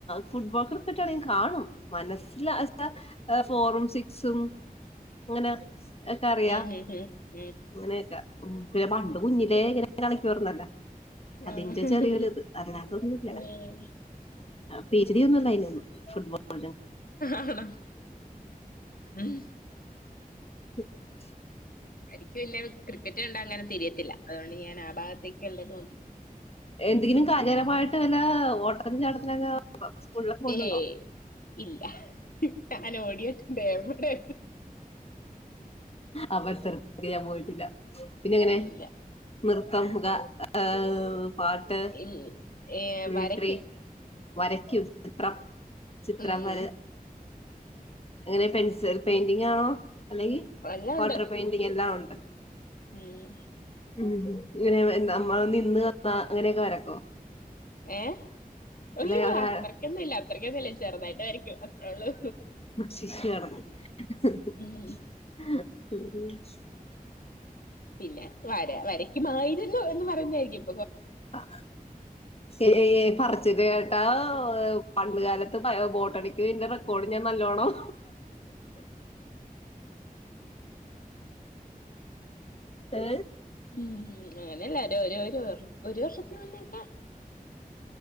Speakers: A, on the left (about 40°); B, on the left (about 70°).
A: ഫുട്ബോൾ ക്രിക്കറ്റ് ആണെങ്കിൽ കാണും. മനസ്സില <unintelligible> ഫോറും സിക്സും അങ്ങനെ ഒക്കെ അറിയാ
B: ഉം ഉം ഉം.
A: അങ്ങനെയൊക്കെ ഉം പിന്നെ പണ്ട് കുഞ്ഞിലെ ഇങ്ങനെ കാണിക്കുവാർന്നല്ല. അതിന്റെ
B: ആഹ്
A: ചെറിയൊര് ഇത് അല്ലാതൊന്നും ഇല്ല.
B: ഉം
A: പി എച്ച് ഡി ഒന്നും <unintelligible> ഫുട്ബോൾ <unintelligible>
B: ആണോ ഉം.
A: <unintelligible>
B: എനിക്ക് പിന്നെ ക്രിക്കറ്റ് കണ്ടാ അങ്ങനെ തിരിയത്തില്ല അതുകൊണ്ട് ഞാൻ ആ ഭാഗത്തേക്ക് ഉള്ളത്
A: എന്തെങ്കിലും കായികപരമായിട്ട് വല്ല ഓട്ടത്തിനും ചാട്ടത്തിനൊക്കെ സ്കൂളിലൊക്കെ പോയിട്ടുണ്ടോ?
B: ഏയ് ഇല്ല ഞാൻ ഓടിയിട്ടുണ്ട് എമ്മടെ
A: അവർ <unintelligible> പോയിട്ടില്ല പിന്നെ എങ്ങനെ
B: ഇല്ല
A: നൃത്തം ഗ ഏ പാട്ട്
B: ഇൽ ഏ
A: മിമിക്രി
B: വരയ്ക്കും.
A: വരയ്ക്കും ചിത്രം ചിത്രം
B: ഉം
A: വര അങ്ങനെ പെൻസിൽ പെയിന്റിങ് ആണോ? അല്ലെങ്കി
B: എല്ലാം
A: വാട്ടർ
B: ഉണ്ട്
A: പെയിന്റിങ് എല്ലാം ഉണ്ട
B: ഉം
A: ഉം ഇങ്ങനെ നമ്മൾ നിന്ന് തന്ന അങ്ങനെയൊക്കെ വരക്കോ?
B: ഏ അയ്യോ
A: അല്ലെ ഒരാ
B: അത്രയ്ക്കൊന്നും ഇല്ല അത്രക്കൊന്നും ഇല്ല ചെറുതായിട്ട് വരയ്ക്കും അത്രേ ഉള്ളൂ.
A: ശിശുവാണെന്ന്
B: ഉം പിന്നെ വര വരക്കുമായിരല്ലോ എന്ന് പറഞ്ഞതായിരിക്കും.
A: <unintelligible> ച്ചിരി കേട്ടാ പണ്ടുകാലത്ത് ബോട്ടണിക്ക് എൻ്റെ റെക്കോർഡ് ഞാൻ നല്ലോണം ഏ?
B: ഉം അങ്ങനെയല്ല ഒരു ഒരു ഒരു വർഷത്തിന് മുന്നക്കെ